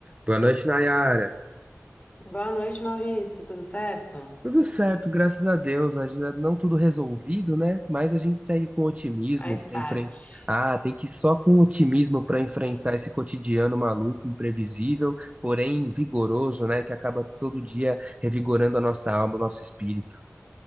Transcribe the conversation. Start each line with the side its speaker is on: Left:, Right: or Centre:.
Right: Boa noite, Nayara.
Left: Boa noite, Maurício. Tudo certo?
Right: Tudo certo, graças a Deus. Ainda Não tudo resolvido, né? Mas a gente segue com otimismo
Left: Faz
Right: para
Left: parte.
Right: enfrentar. Ah, tem que ir só com otimismo para enfrentar
Left: Sim.
Right: esse cotidiano maluco, imprevisível, porém vigoroso, né? Que acaba todo dia revigorando a nossa alma, o nosso espírito.